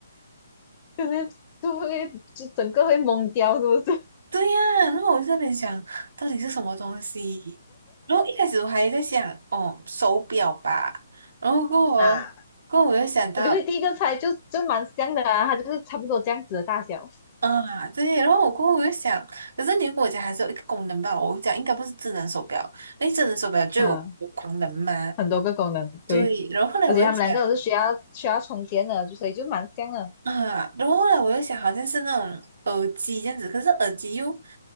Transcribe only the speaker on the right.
对呀，然后我就在那边想，到底是什么东西？然后一开始我还在想，哦，手表吧。然后过后，
过后我又想到，
啊，对。然后我过后我又想，可是你如果我家还是有一个功能吧，我讲应该不是智能手表，因为智能手表就有功能吗？
对。然后后来我又想，
啊，然后后来我又想，好像是那种耳机这样子，可是耳机又